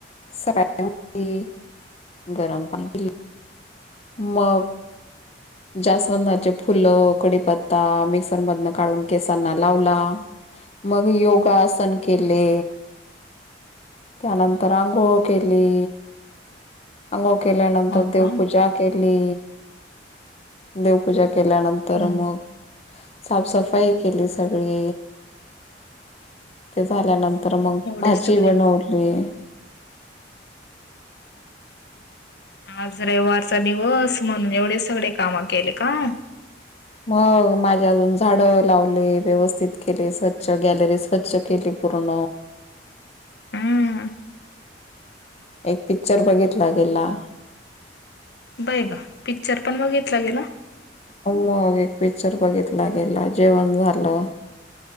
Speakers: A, on the left; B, on the left.
A: सकाळी गरम पाणी पिले. मग
B: <inaudible>
A: जास्वंदचे फुलं, कडीपत्ता मिक्सर मधन काढून केसांना लावला. मग योगासन केले. त्यानंतर अंघोळ केली अंघोळ केल्यानंतर
B: हो
A: देवपूजा,
B: का
A: केली देवपूजा केल्यानंतर
B: हम्म
A: मग, साफसफाई केली सगळी ते झाल्यानंतर मग
B: एवढ
A: भाजी
B: सगळे
A: बनवली
B: आज रविवारचा दिवस म्हणून एवढे सगळे काम केले का?
A: मग माझे अजून झाडं लावले व्यवस्थित केले स्वच्छ गॅलरी स्वच्छ केली. पूर्ण
B: हम्म
A: एक पिकच्चर बघितला गेला.
B: बय ग! पिक्चर पण बघितलं गेला.
A: अम्मा मग एक पिकच्चर बघितला गेला जेवण झालं.